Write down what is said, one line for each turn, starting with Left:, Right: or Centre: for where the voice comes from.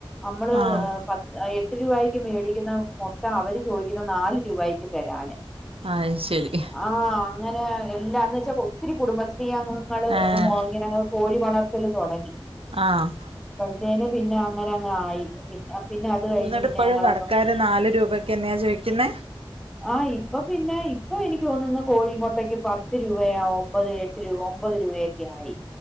Centre: നമ്മള്
Right: ആഹ്
Centre: ഏ പത്ത് എ ട്ട് രൂപായ്ക്ക് മേടിക്കുന്ന മൊട്ട അവര് ചോദിക്കുന്ന നാല് രൂപായ്ക്ക് തരാന്.
Right: അത് ശരി
Centre: ആഹ് അങ്ങനെ എല്ലാന്ന് വെച്ചാ കൊ ത്തിരി കുടുംബശ് ശ്രീ അംഗങ്ങള് <unintelligible>
Right: ഏഹ്
Centre: കോഴി വളർത്തൽ തുടങ്ങി
Right: ആഹ്
Centre: <unintelligible> പിന്നെ അങ്ങനെ അങ്ങ് ആയി പിന്നെ പിന്നെ അത് കഴിഞ്ഞ്
Right: എന്നിട്ട്
Centre: പിന്നെ
Right: ഇപ്പോഴും
Centre: ഞങ്ങൾ
Right: കടക്കാര് നാല് രൂപയ്ക്ക് തന്നെയാ ചോദിക്കുന്നേ
Centre: ആഹ് ഇപ്പോ പിന്നെ ഇപ്പൊ എനിക്ക് തോന്നുന്ന് കോഴി മോട്ടേക്ക് പത്ത് രൂപയാ ഒമ്പത് എട്ട് രൂ ഒമ്പത് രൂപ യൊക്കെ ആയി